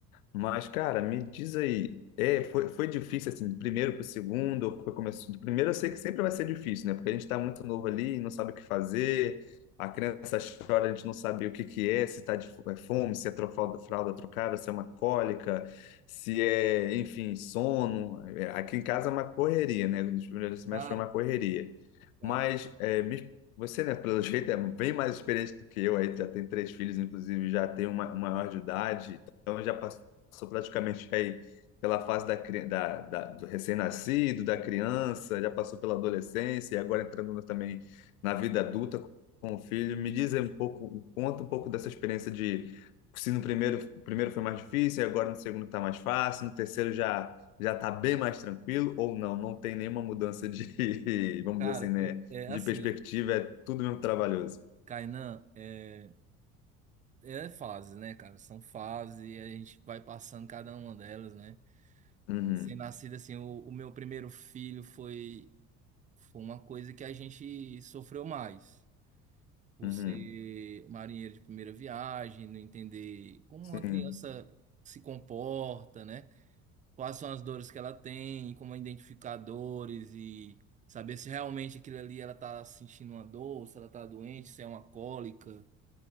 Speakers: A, on the left (about 70°); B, on the right (about 20°).
A: mas, cara, me diz aí, é, foi, foi difícil assim, do primeiro para o segundo, ou foi começo, do primeiro eu sei que sempre vai ser difícil, né? Porque a gente está muito novo ali, não sabe o que fazer, a criança chora, a gente não sabe o que que é, se está de fo- é fome, se é tro- fralda, fralda trocada, se é uma cólica, se é, enfim, sono. É, Aqui em casa é uma correria, né? Nos primeiros semestres
B: cara,
A: foi uma correria.
B: ca-
A: Mas é, me- você, né, pelo jeito, é bem mais experiente do que eu, aí já tem três filhos, inclusive já tem uma, uma maior de idade, então já passou passou praticamente aí pela fase da, cri- da- da- do recém-nascido, da criança, já passou pela adolescência e agora entrando no- também na vida adulta com o filho. Me diz aí um pouco, conta um pouco dessa experiência de se no primeiro, primeiro foi mais difícil, e agora no segundo está mais fácil, no terceiro já já está bem mais tranquilo, ou não, não tem nenhuma mudança de, <laughs> vamos
B: cara,
A: dizer assim, né,
B: é, é
A: de
B: assim,
A: perspectiva, é tudo mesmo trabalhoso.
B: Kainan, é, é fase, né, cara? São fases e a gente vai passando cada uma delas, né?
A: Uhum,
B: Sem nascido, assim, o, o meu primeiro filho foi, foi uma coisa que a gente sofreu mais. por
A: uhum.
B: ser marinheiro de primeira viagem, não entender como
A: Sim,
B: uma criança se comporta, né? Quais são as dores que ela tem, como é identificar dores e saber se realmente aquilo ali ela tá sentindo uma dor, se ela tá doente, se é uma cólica.